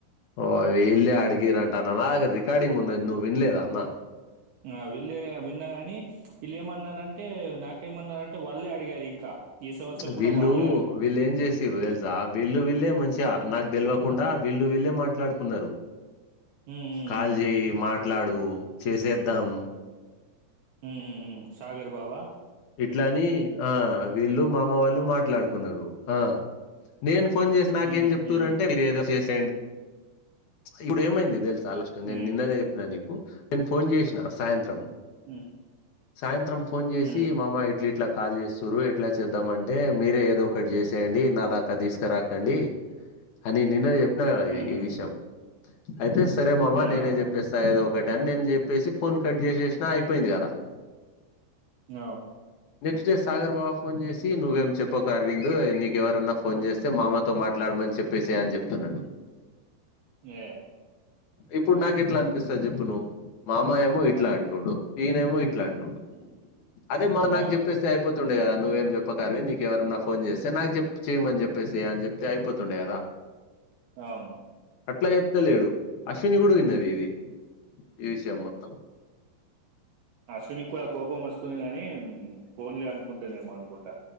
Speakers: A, on the left; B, on the right.
A: ఓ అ విళ్ళే అడిగిరంటా అన్న నాగ రికార్డింగ్ ఉన్నది నువ్వు వినలేద అన్న
B: ఆ వీళ్ళే విన్నా గాని వీళ్ళు ఏమన్నారంటే నాకేమన్నారంటే వాళ్ళే అడిగారు ఇంకా ఈ సంవత్సరం
A: వీళ్ళు
B: కూడా వాళ్ళే
A: వీళ్ళు ఏం చేసిర్రు తెలుసా వీళ్ళు వీళ్ళే మంచి నాకు తెలివకుండా వీళ్లు వీళ్లే మాట్లాడుకున్నారు.
B: హ్మ్. హ్మ్.
A: కాల్
B: హ్మ్.
A: చెయ్ మాట్లాడు డు చేసేద్దాం.
B: హు హు సాగర్ బావా
A: ఇట్లాని ఆ వీళ్ళు మామ వాళ్ళు మాట్లాడుకున్నారు. ఆ నేన్ ఫోన్ చేసి నాకేం
B: హ్మ్.
A: చెప్తార్రు
B: హ్మ్.
A: అంటే మీరు ఏదో చేస్ ఇప్పుడు ఏమైంది. తెలుసా చాలాష్ట
B: హ్మ్.
A: నే నిన్ననే చెప్పినా నీకు నేను ఫోన్ చేసిన సాయంత్రం
B: హ్మ్
A: సాయంత్రం ఫోన్ ఇచ్చి
B: హ్మ్.
A: మామా ఇట్లా ఇట్లా కాల్ చేస్తురు. ఎట్లా చేద్దామంటే మీరే ఏదో ఒకటి చేసేయండి. నా దాకా తీసుకురాకండి. అని నిన్న చె కదా
B: హ్మ్.
A: ఇది ఈ విషయం అయితే సరే మామ
B: హ్మ్.
A: నేనే
B: అవు.
A: చెప్పేస్తా ఏదో ఒకటి నేను చెప్పేసి ఫోన్ కట్ చేసేసినా అయిపోయింది. గదా
B: అవ్
A: నెక్స్ట్ డే సాగర్ బావ ఫోన్ చేసి నువ్వేం చెప్పకు, అరవింద్ నీకెవరన్నా ఫోన్ చేస్తే మామతో మాట్లాడమని చెప్పేసేయ్ అని జెప్తున్నడు.
B: ఏ
A: ఇప్పుడు నాకు ఎట్లా అనిపిస్తది. జెప్ జెప్పు నువ్ మామ ఏమో ఇట్లా
B: అవును.
A: అంటుండు. ఈనేమో ఇట్లా అంటుండు. అదే మా నాకు
B: అవును.
A: చెప్పేస్తే అయిపోతుండే గదా నువ్వేం చెప్పకు అరవింద్ నీకు ఎవరన్నా ఫోన్ చేస్తే, నాకు జెప్పు చేయమని చెప్పేసేయ్ అని చెప్తే అయిపోతుండే గదా
B: అవును
A: అట్లా చెప్తలేడు అశ్విని గూడా విన్నది.
B: హ్మ్.
A: ఇది ఈ విషయం మొత్తం.
B: అశ్విని కూడా కోపం వస్తుంది. గాని పోన్లే అనుకుంటుంది. ఏమో అనుకుంటా